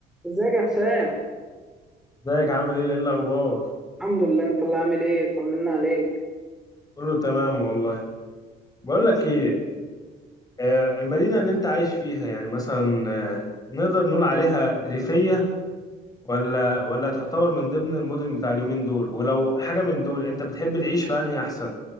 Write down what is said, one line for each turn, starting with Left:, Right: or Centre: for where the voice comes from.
Centre: ازيك يا حسام
Left: ازيك عامل ايه ايه الاخبار
Centre: الحمد لله انت اللي عامل ايه طمنا عليك
Left: قول له تمام والله بقول لك ايه آه، المدينه اللي انت عايش فيها يعني مثلا آه، نقدر نقول عليها ريفيه ولا ولا تعتبر من ضمن المدن بتاع اليومين دول ولو حاجه من دول انت بتحب تعيش في انهي احسن